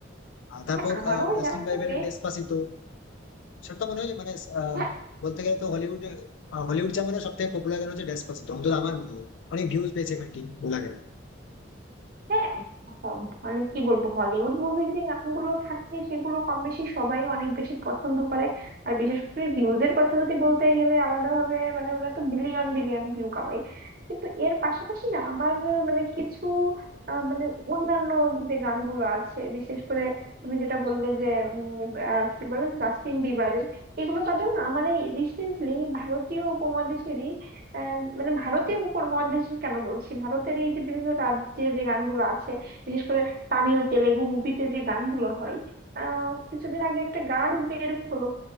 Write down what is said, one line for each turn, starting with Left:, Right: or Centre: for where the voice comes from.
Left: আর তারপর
Right: হ্যাঁ আমারও
Left: আহ,
Right: ওই
Left: জাস্টিন
Right: গানটা
Left: বাইবারের
Right: বেশ
Left: ডেসপাসিতো সেটা তো মনে হয় মানে আহ,
Right: হ্যাঁ
Left: বলতে গেলে তো হলিউড আহ, হলিউড জামানার সব থেকে পপুলার গান হচ্ছে ডেসপাসিতো অন্তত আমার মতো অনেক ভিউজ পেয়েছে গানটি ভালো লাগে
Right: হ্যাঁ হ- মানে কি বলবো হলিউড মুভির যে গানগুলো থাকে সেগুলো কম বেশি সবাই অনেক বেশি পছন্দ করে আর বিশেষ করে ভিউজ এর কথা যদি বলতে গেলে আলাদাভাবে মানে ওরা তো বিলিয়ন বিলিয়ন ভিউ কামায় কিন্তু এর পাশাপাশি না আমার আহ, মানে কিছু আহ, মানে অন্যান্য যে গানগুলো আছে বিশেষ করে তুমি যেটা বললে যে উম, আহ, কি বলে জাস্টিন বিবারের এগুলো বাদেও না মানে রিসেন্টলি ভারতীয় উপমহাদেশেরই আহ, মানে ভারতীয় উপমহাদেশের কেন বলছি ভারতের এই যে বিভিন্ন রাজ্যের যে গানগুলো আছে বিশেষ করে তামিল তেলেগু মুভিতে যে গানগুলো হয় আহ কিছুদিন আগে একটা গান বের হলো